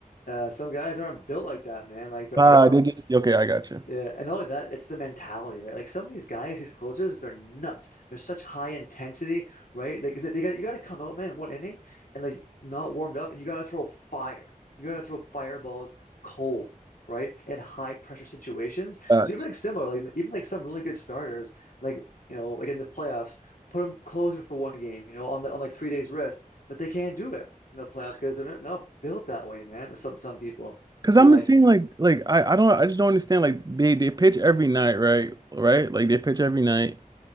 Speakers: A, on the left; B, on the right.
A: Uh, some guys aren't built like that, man. Like their
B: Ah,
A: arms,
B: they just Okay, I got you.
A: Yeah, and not only that, it's the mentality, right? Like some of these guys, these closers, they're nuts. They're such high intensity, right? Like 'cause they got you got to come out, man, one inning and like not warmed up, and you got to throw fire. You got to throw fireballs cold, right? In high pressure situations.
B: facts.
A: So even like similar, like even like some really good starters, like you know, like in the playoffs, put them closing for one game, you know, on the, on like three days rest, but they can't do it in the playoffs because they're not, not built that way, man. Some some people,
B: Cause
A: but
B: I'm
A: like.
B: just seeing like like I, I don't I just don't understand like they they pitch every night right right like they pitch every night